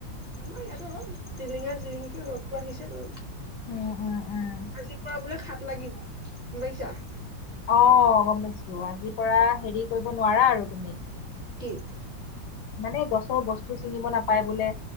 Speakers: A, on the right; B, on the left.
A: আমাৰ ইয়াতো অলপ জিলিঙা জিলিঙিকে ৰ'দটো আহিছে বাৰু।
B: উম উম উম
A: আজিপুৱা বোলে হাত লাগিব। গম পাইছা?
B: আহ গম পাইছো আজিৰ পৰা হেৰি কৰিব নোৱাৰা আৰু তুমি?
A: কি?
B: মানে গছৰ বস্তু ছিঙিব নাপায় বোলে।